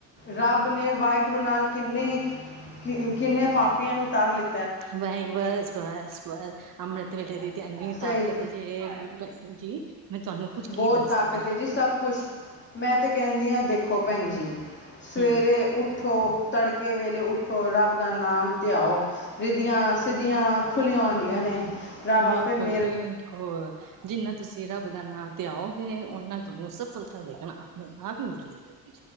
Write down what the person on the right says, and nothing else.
ਬਾਈ ਬੱਸ, ਬੱਸ, ਬੱਸ, ਅੰਮ੍ਰਿਤ ਵੇਲੇ ਦੀ ਤੇ ਇੰਹਨੀ
ਤਾਕਤ ਜੇ, ਭੈਣ ਜੀ, ਮੈਂ ਤੁਹਾਨੂੰ ਕੁੱਝ ਕੀ
ਦੱਸਣਾ
ਹੂੰ
ਬਿਲਕੁਲ-ਬਿਲਕੁਲ।
ਜਿੰਨਾ ਤੁਸੀਂ ਰੱਬ ਦਾ ਨਾਂ ਧਿਆਓਗੇ, ਓਨਾ ਤੁਹਾਂਨੂੰ ਸਫਲਤਾ ਦੇਖਣਾ, ਆਪਣੇ-ਆਪ ਹੀ ਮਿਲਦੀ ਰਹੇਗੀ।